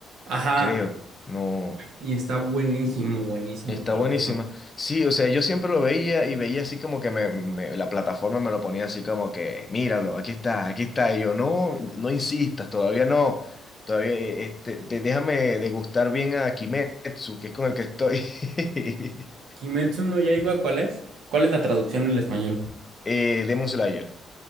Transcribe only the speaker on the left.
Creo, no.
Está
buenísima.
Sí, o sea, yo siempre lo veía y veía así como que me, me- la plataforma me lo ponía así como que, míralo, aquí está, aquí está. Y yo, no, no insistas, todavía no. Todavía, eh, este, de- déjame degustar bien a Kimetsu, que es con el que estoy. <laughs>
eh, Demon Slayer.